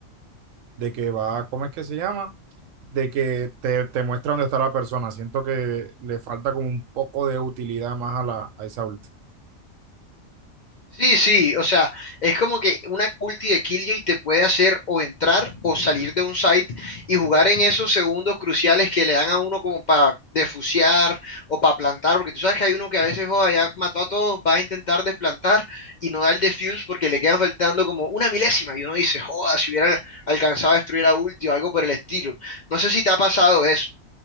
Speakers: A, on the right; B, on the left.
A: de que va, ¿cómo es que se llama? De que te, te muestra dónde está la persona. Siento que le falta como un poco de utilidad más a, la, a esa ulti.
B: Sí, sí, o sea, es como que una ulti de Killjoy te puede hacer o entrar o salir de un site y jugar en esos segundos cruciales que le dan a uno como para defusear o para plantar, porque tú sabes que hay uno que a veces joda, ya mató a todos, va a intentar desplantar y no da el defuse porque le quedan faltando como una milésima y uno dice, joda, si hubiera alcanzado a destruir a ulti o algo por el estilo. No sé si te ha pasado eso.